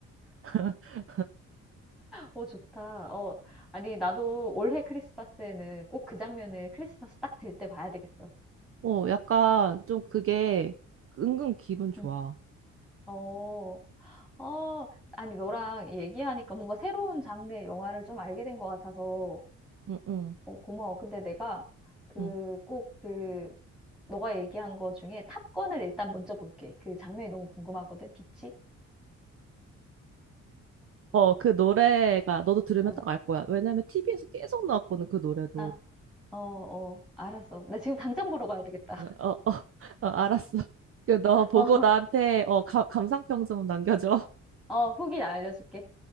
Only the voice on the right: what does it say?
<laughs>
어, 약간 좀 그게 은근 기분 좋아.
응, 응,
응.
어, 그 노래가 너도 들으면
딱 알 거야. 왜냐면 TV에서 계속 나왔거든, 그 노래도.
어, 어, <laughs> 어, 알았어. 그 너 보고
나한테 어, 가, 감상평 좀 남겨줘.